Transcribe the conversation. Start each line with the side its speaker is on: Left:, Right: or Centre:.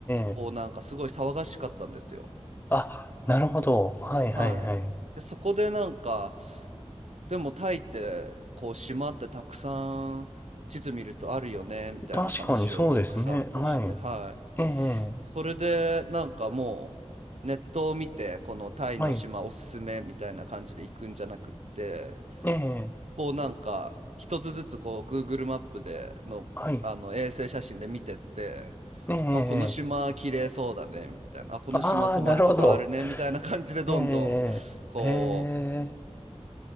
Left: え、
Right: おなんかすごい騒がしかったんですよ。
Left: あ、なるほど。はい、はい、
Right: はい、
Left: はい。
Right: でそこでなんかでもタイってこう島ってたくさん地図見るとあるよねみたいな話を奥さんとして、
Left: 確かにそうですね。は
Right: はい、
Left: い。ええ、
Right: それでなんかもうネットを見てこのタイの島おすすめみたいな感じで行くんじゃなくって。
Left: はい。ええ、
Right: こうなんか一つずつこう Google マップでの、
Left: はい。
Right: あの衛星写真で見てって
Left: ええ、
Right: あこの島綺麗そうだねみたいなあこの島泊まるところあるねみたいな感じでどんどんこう
Left: ああ、なるほど。ええ、ええ、